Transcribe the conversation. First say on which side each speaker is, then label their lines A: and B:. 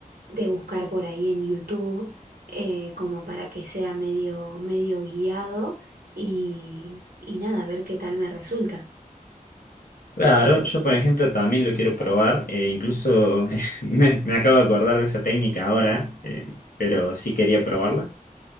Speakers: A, on the right; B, on the left.
A: de buscar por ahí en YouTube, eh, como para que sea medio, medio guiado y, y nada, ver qué tal me resulta.
B: Claro, yo por ejemplo también lo quiero probar, eh, incluso <laughs> me, me acabo de acordar de esa técnica ahora, eh, pero sí quería probarla.